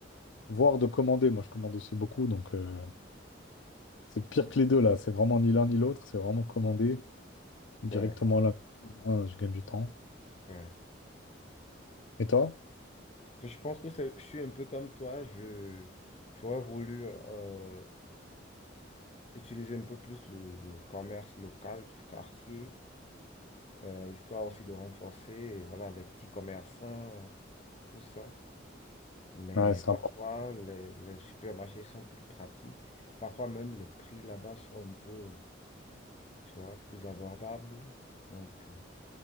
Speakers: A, on the left (about 80°); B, on the left (about 35°).
A: voire de commander. Moi, je commande aussi beaucoup, donc euh, c'est pire que les deux, là. C'est vraiment ni l'un ni l'autre, c'est vraiment commander directement
B: Ouais,
A: là. Moi, je gagne du temps.
B: ouais.
A: Et toi?
B: Je pense que c'est- je suis un peu comme toi. Je, j'aurais voulu euh, utiliser un peu plus le, le commerce local du quartier, euh, histoire aussi de renforcer, voilà, les petits commerçants, tout ça. Mais
A: Ouais, c'est
B: parfois,
A: important.
B: les, les supermarchés sont plus pratiques. Parfois même, les prix là-bas sont un peu, tu vois, plus abordables. Donc, euh,